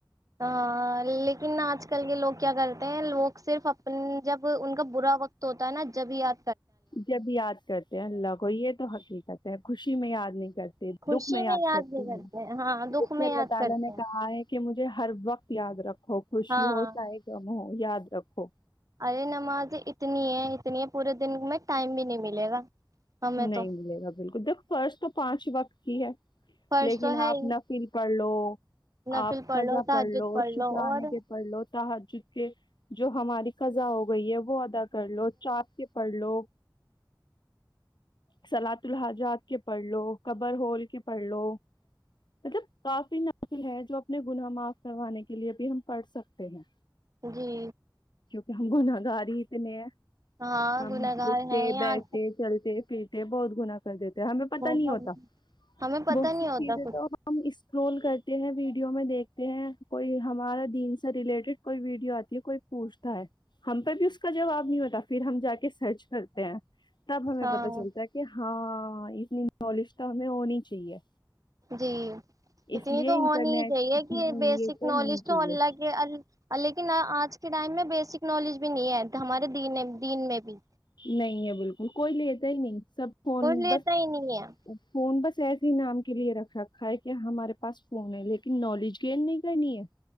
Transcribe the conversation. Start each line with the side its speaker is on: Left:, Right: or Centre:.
Right: ہ لیکن آج کل کے لوگ کیا کرتے ہیں لوگ صرف اپ جب ان کا برا وقت ہوتا ہے نا جب ہی آ
Left: جب یاد کرتے ہیں اللہ کو یہ تو حقیقت ہے خوشی میں یاد نہیں کرتے
Right: خوشی
Left: دکھ میں یاد کرتے
Right: نہیں
Left: ہ
Right: ہیں ہاں
Left: تو
Right: دکھ
Left: جسے
Right: میں
Left: اللہ
Right: یاد
Left: تعالی
Right: کرتے
Left: نے
Right: ہیں
Left: کہا ہے کہ مجھے ہر وقت یاد رکھو ہو خوشی
Right: ہاں
Left: ہوتائے گا م یاد رکھو
Right: ارے نماز اتنی ہے اتنی ہے پورے دن میں ٹائم بھی نہیں ملے گا ہمیں
Left: نہیں
Right: تو
Left: ملے گا بالکل دیکھ فرش تو پانچ وقت کی ہے
Right: فرض
Left: لیکن
Right: تو ہے
Left: آپ
Right: ہی
Left: نفل پڑھ لو
Right: نفل
Left: آپ قضا
Right: لو تحجد
Left: پڑھ لو شکرانے
Right: اور
Left: کے پڑھ لو تح چونکہ جو ہماری خزا ہو گئی ہے وہ ادا کر لو چا کے پڑھ لو سلاط الحاجات کے پڑھ لو قبر ہول کے پڑھ لو مطلب کافی نافل ہے جو اپنے گناہ معاف کروانے کے لیے بھی ہم پڑھ سکتے ہیں
Right: جی
Left: کیا ہم گنااہگاری اتنے
Right: ہاں
Left: ہم
Right: گناہ گار
Left: اٹھتے
Right: ہے یہاں
Left: بیٹھتے چلتے پھرتے یہ بہت گنا کر دیتے ہمیں پت
Right: بہت
Left: نہیں ہوتا
Right: ہمیں پتہ
Left: بہت
Right: نہیں
Left: سی
Right: ہوتا
Left: چیزیں
Right: کچھ
Left: تو ہم اسرول کرتے ہیں ویڈیو میں دیکھتے ہیں کوئی ہمارا دین سے ریلیٹیڈ کوئی ویڈیو آتی ہے کوئی پوچھتا ہے ہم پہ بھی اس کا جواب نہیں ہوتا پھر ہم جا کے سرچ کرتے ہیں تب ہمیں
Right: ہاں
Left: پت چلتا ہاں اتنی نالج تو ہمیں ہونی چاہیے
Right: جی
Left: اس
Right: اتنی
Left: لیے
Right: تو
Left: انٹرنیٹ
Right: ہونی ہی چاہیے کہ بیسک
Left: یہ
Right: نالج
Left: ہونی چاہیے
Right: تو اللہ کے لیکن آجل کائیم میں بیسک نالج بھی نہیں ہے ہمارے د دین میں بھی
Left: نہیں ہے بالکل کوئی لیتا ہی نہیں سب فون
Right: کوئی لیتا
Left: بس
Right: ہی نہیں ہے
Left: فون بس ایسی نام کے لیے رکھ رکھا ہے کہ ہمارے پاس فون ہے لیکن نالج گین نہیں کرنی ہے